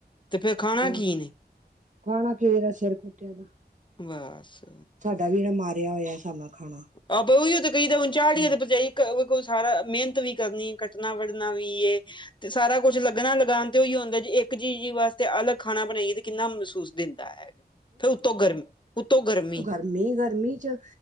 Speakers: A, on the left; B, on the right.
A: ਤੇ ਫਿਰ ਖਾਣਾ
B: ਹੋਰ
A: ਕੀ ਨੇ।
B: ਖਾਣਾ ਕਿ ਦਾ ਸਿਰ ਕੁਟਿਆ ਦਾ।
A: ਬੱਸ।
B: ਸਾਡਾ ਵੀ ਇਹ ਮਾਰਿਆ ਹੋਇਆ ਨਾਲ ਖਾਣਾ।
A: ਆਹ ਬਹੀਓ ਤੇ ਕਹੀ ਤਾਂ ਹੁਣ ਚਾੜੀਏ
B: ਹੂੰ
A: ਤੇ ਪਰਜਾਈ। ਕੋਈ ਸਾਰਾ ਮਿਹਨਤ ਵੀ ਕਰਨੀ ਹੈ ਕੱਟਣਾ ਵਢਨਾ ਵੀ ਏ। ਤੇ ਸਾਰਾ ਕੁੱਛ ਲੱਗਣਾ ਲਗਾਉਣ ਤੇ ਓਹੀ ਹੁੰਦਾ ਜ ਇੱਕ ਚੀਜ਼ ਵਾਸਤੇ ਅਲਗ ਖਾਣਾ ਬਣਾਈਏ। ਕਿੰਨਾ ਮਹਿਸੂਸ ਦਿੰਦਾ ਹੈਗਾ ਫਿਰ ਉੱਤੋਂ ਗਰਮ ਉੱਤੋਂ ਗਰਮੀ।
B: ਇੰਨੀ ਗਰਮੀ ਚ